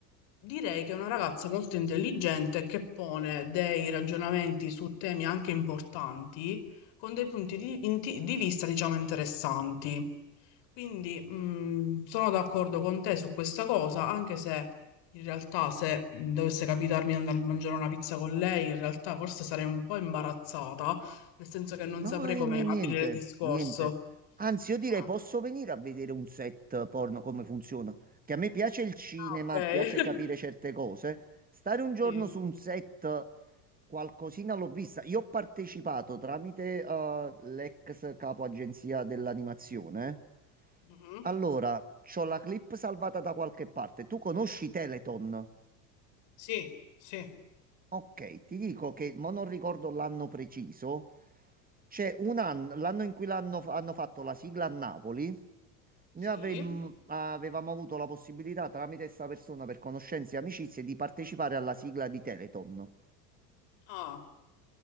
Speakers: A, on the left; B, on the right.
A: direi che è una ragazza molto intelligente che pone dei ragionamenti su temi anche importanti con dei punti di, inti- di vista, diciamo, interessanti. Quindi mh, sono d'accordo con te su questa cosa, anche se in realtà se mh, dovesse capitarmi di andare a mangiare una pizza con lei, in realtà forse sarei un po' imbarazzata, nel senso che non
B: No,
A: saprei
B: eh,
A: come
B: n-
A: aprire
B: niente,
A: il discorso.
B: niente. Anzi, io direi
A: Ah,
B: posso venire a vedere un set porno come funziona. Che a me piace il cinema,
A: ah, ok.
B: piace
A: <laughs>
B: capire certe cose. Stare un giorno
A: Sì.
B: su un set, qualcosina l'ho vista. Io ho partecipato tramite eh, l'ex capo agenzia dell'animazione.
A: Mhm.
B: Allora, c'ho la clip salvata da qualche parte. Tu conosci Teleton?
A: Sì, sì.
B: Ok, ti dico che, ma non ricordo l'anno preciso, c'è un anno, l'anno in cui l'hanno f- hanno fatto la sigla a Napoli, noi
A: Sì.
B: avremmo- avevamo avuto la possibilità tramite questa persona per conoscenze e amicizie di partecipare alla sigla di Teleton.
A: Ah,